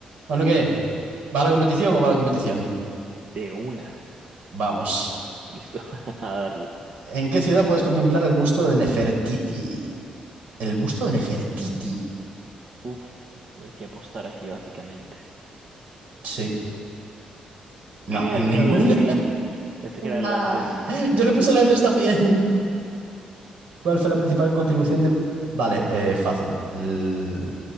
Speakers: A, on the right (about 70°); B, on the right (about 40°).
A: Bueno, ¿qué? ¿Va a la competición o va a la competición?
B: De una.
A: Vamos.
B: Listo. <laughs> A darle.
A: ¿En qué ciudad puedes contemplar el busto de Nefertiti? ¿El busto de Nefertiti?
B: Uf. Voy aquí a apostar aquí, básicamente.
A: Sí. No,
B: ¡Oh,
A: en ninguna.
B: era Berlín! Pensé que era
A: Ah,
B: Londres.
A: Yo le puse a Leandres también. ¿Cuál fue la principal contribución de...? Vale, eh, fácil. L-